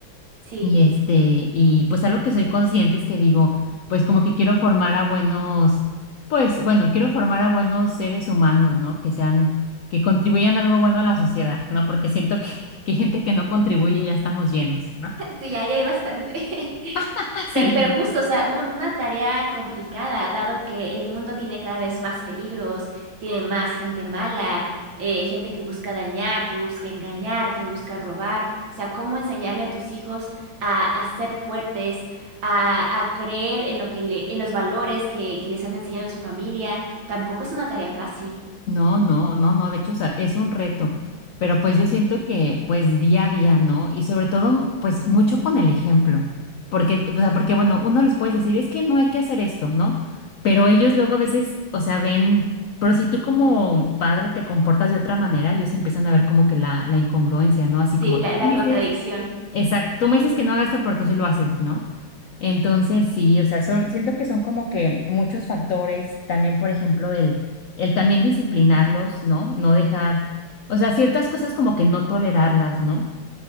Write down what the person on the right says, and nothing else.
sí.
Sí, ya, ya hay bastante. <laughs>
Pero, pero justo, o sea, un- una tarea complicada, dado que el mundo tiene cada vez más peligros, tiene más gente mala, eh, gente que busca dañar, que busca engañar, que busca robar. O sea, ¿cómo enseñarle a tus hijos a, a ser fuertes, a, a creer en lo que le, en los valores que, que les han enseñado en su familia? Tampoco es una tarea fácil.
Sí,
la,
la
contradicción.